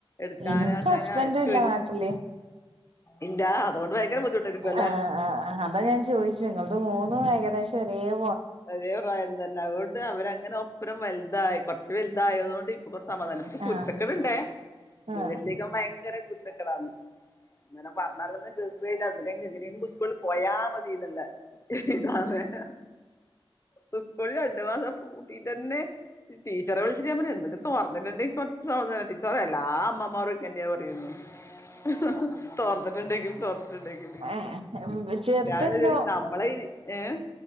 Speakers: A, on the left; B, on the right.
A: എടുക്കാനും
B: എനിക്ക്
A: ആക്കാനും
B: ഹസ്ബൻഡും
A: പിന്നെ
B: ഇല്ല നാട്ടില്
A: ഇല്ല അതുകൊണ്ട് ഭയങ്കര ബുദ്ധിമുട്ടായിരിക്കുവല്ലേ
B: ആഹ് ആഹ് ആഹ് അതാ ഞാൻ ചോയിച്ചേ ഇങ്ങൾത് മൂന്നും ഏകദേശം ചെറീയെ
A: ഒരേ പ്രായം തന്നെ അതോണ്ട് അവരങ്ങ് അങ്ങനെ ഒപ്പരം വൽതായി കൊർച്ച് വൽതായതോണ്ട് ഇപ്പൊ കൊ സമാധാനം. ഇത് കുരുത്തക്കേട്
B: ആഹ്
A: ഇണ്ടേ. വീട്ടിലെക്കെ
B: ആഹ്
A: ഓൻ വയങ്കര കുര്ത്തക്കേടാണ്. ഇങ്ങനെ പർഞ്ഞാലൊന്ന് കേക്കുയില്ല. ഇതിനെങ്ക് എങ്ങനെയെങ്കി സ്കൂളില് പോയാമതീന്ന്ല്ല ഇഹ് ഇഹ് ഇതാണ് ഇഹ്. ഉസ്കൂള് രണ്ട് മാസം പൂട്ടീട്ടെന്നെ ടീച്ചറെ വിളിച്ചിട്ട് ഞാൻ പറയ് എന്തെങ്കി തൊർന്ന്ട്ട്ണ്ടെങ്കി കൊർച്ച് സമാധാനെ ഇപ്പ എല്ലാ അമ്മ മൊറൊക്കെന്നെ പറയുന്നേ. ഇഹ് ഇഹ് തൊർ ർന്ന്ണ്ടെങ്കി തൊർന്ന്. <unintelligible>
B: ഏഹ് ചെറുതെന്തോ
A: ഞാൻ വിചാരിക്കും നമ്മളെ ഈ ഏഹ്